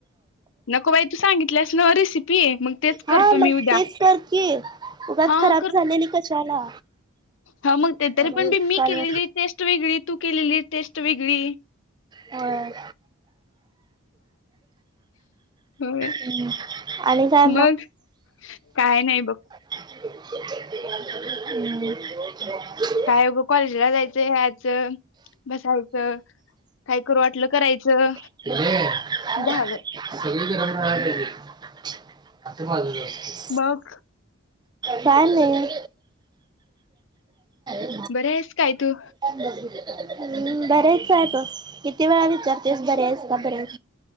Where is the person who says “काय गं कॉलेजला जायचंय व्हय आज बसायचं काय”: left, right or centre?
Left